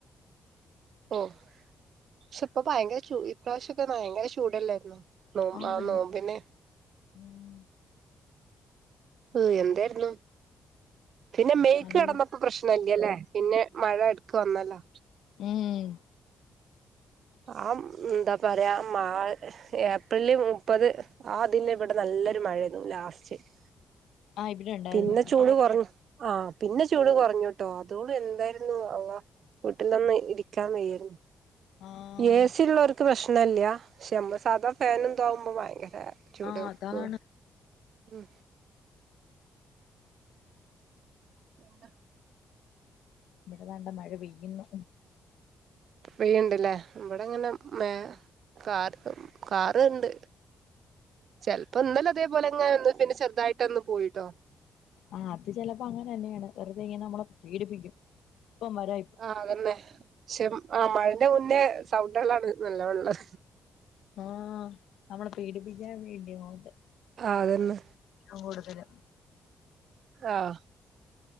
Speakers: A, on the right; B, on the left.
A: ഓ പക്ഷെ ഇപ്പൊ ഭയങ്കര ചു ഇപ്രാവശ്യൊക്കെ ഭയങ്കര ചൂടല്ലായിരുന്നൊ നോമ്പ
B: ആഹ്
A: ആ
B: ഭയങ്കര
A: നോമ്പിന്
B: ഉം
A: ഓഹ് എന്തായിരുന്നു പിന്നെ മേയ്ക്ക്
B: നല്ല
A: കിടന്നപ്പോ പ്രശ്നല്ലലെ പിന്നെ മഴ എടുക്ക വന്നല്ലോ
B: ഉം
A: ആ എന്താ പറയാ മാ ഏപ്രില് മുപ്പത് ആ ദിൽഇവിടെ നല്ലൊരു മഴന്നുലാസ്റ്റ് റ്റ്
B: ആഹ് ഇവിടെ ഉണ്ടായിരുന്നു
A: പിന്നെ ചൂട് കുറഞ്ഞു ആ പിന്നെ ചൂട് കുറഞ്ഞുട്ടോ അതു വോളം എന്തായിരുന്നു അള്ള വീട്ടിലൊന്ന് ഇരിക്കാൻ വയ്യായിരുന്നു
B: ആഹ്
A: എ സി ഉള്ളവർക്ക് പ്രശ്നല്ല പക്ഷ നമ്മൾസാധാ ഫാനും താകുമ്പോ ഭയങ്കര ചൂട
B: ആഹ് അതാണ്
A: പോ ഉ എന്താ
B: ഇവിടെതാണ്ട മഴ പെയ്യുന്നു
A: പെയ്യൻണ്ടല്ലേ ഇവിടെ ഇങ്ങനെ മ കാർ കാറുണ്ട് ചിലപ്പോ ഇന്നെന്നതേപോലെ ഇങ്ങനെ ഒന്ന് പിന്നെ ചെറുതായിട്ട് ഒന്ന് പോയിട്ടോ
B: ആ അത് ചിലപ്പോ അങ്ങനെ തന്നെയാണ് വെറുതെ ഇങ്ങനെ നമ്മളെ പീഡപ്പിക്കും ഇപ്പം വരാ
A: ആ അതന്നെ പക്ഷെ ആ മഴന്റെ മുന്നേ സൗണ്ടകുകളാണ് നല്ലോ ഉള്ളത്
B: ആ നമ്മളെ പീഡിപ്പിക്കാൻ വേണ്ടിയ അങ്ങോട്ട്
A: ആതന്നെ
B: അ കൂടുതല
A: ആഹ്